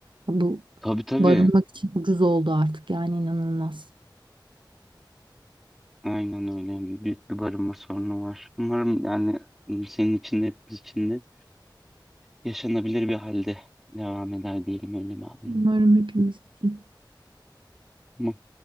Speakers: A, on the right; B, in the centre.
A: Bu
B: Tabii tabii.
A: barınmak için ucuz oldu artık yani inanılmaz.
B: Aynen öyle. Hani Büyük bir barınma sorunu var. Umarım yani senin için de hepimiz için de yaşanabilir bir halde devam eder diyelim öyle bağlayalım.
A: Umarım hepimiz için.
B: Tamam.